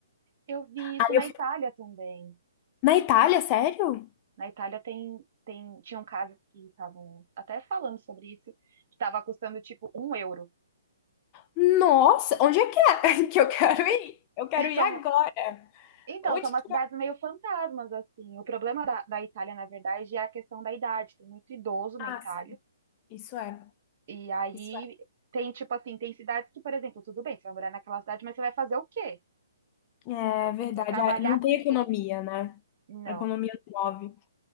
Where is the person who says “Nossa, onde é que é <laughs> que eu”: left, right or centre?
Left